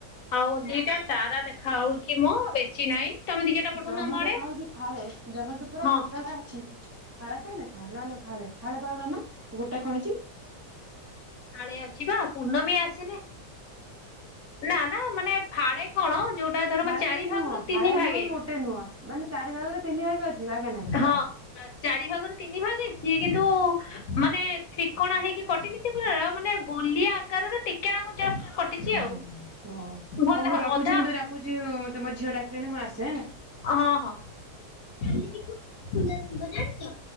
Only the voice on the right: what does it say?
ଜହ୍ନ
ଦେଖା ହଉଛି ଫାଳେ ଜହ୍ନ ତ ପୁରା
ଗୋଟାଟା ଅଛି ଫାଳେ କାଇଁ ଦେଖା ନା ଲୋକ। ଫାଳେ ଫାଳେ ଫଳ ଦନ ମୁଁ ଗୋଟେ କହିଛି।
ଫାଳେଆ
ବି ନୁହଁ
ଫାଳେଆ
ନୁହେ କି ଗୋଟେ ନୁହଁାନେ ଚାରିାଗରେ ତିନି ଭାଗେ ଅଛି। ଭାଗେ ନାହିଁ।
ହ
ହଉ ମୁଁ ରଖୁଛି
ମୁତେ ଡାକୁଛି ତମ ଝିଅ ଡାକ କିେଣୁ ମାସେ